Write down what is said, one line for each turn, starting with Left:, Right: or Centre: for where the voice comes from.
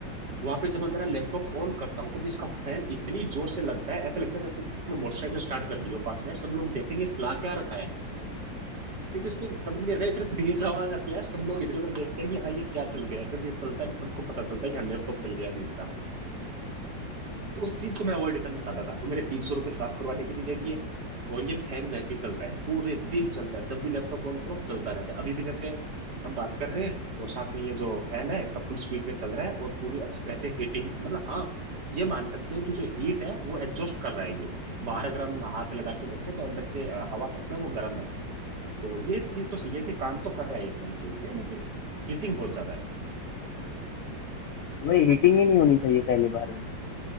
Right: वहां पे जब मैं मेरा लैपटॉप ऑन करता हूँ तब इसका फैन इतनी जोर से लगता है ऐसा लगता है जैसे किसी ने मोटरसाइकिल स्टार्ट कर दी हो पास में सब लोग देखते हैं कि ये चला क्या रखा है क्योंकि उसमें समझ नहीं आ रहा है, इतना तेज आवाज आती है यार सब लोग इधर उधर देखते हैं कि हाँ ये क्या चल गया जब ये चलता है ना सबको पता चलता है कि हाँ लैपटॉप चल गया अभी इसका तो उस चीज को मैं अवॉइड करना चाहता था तो मैंने तीन सौ रुपये साफ करवाने के भी दे दिए और ये फैन वैसे ही चलता है पूरे दिन चलता है जब भी लैपटॉप ऑन करो चलता रहता है अभी भी जैसे हम बात कर रहे हैं और साथ में ये जो फैन है इसका फुल स्पीड पे चल रहा है और पूरी अच्छी तरह से हीटिंग मतलब हाँ ये मान सकते हैं कि जो हीट है वो एग्जॉस्ट कर रहा है ये बाहर अगर हम हाथ लगा के देखें तो अंदर से अ, हवा फेंकना वो गर्म है तो ये चीज तो सही है कि काम तो कर रहा है ये फैन सही से लेकिन हीटिंग बहुत ज्यादा है
Left: वही हीटिंग ही नहीं होनी चाहिए पहले बार में तो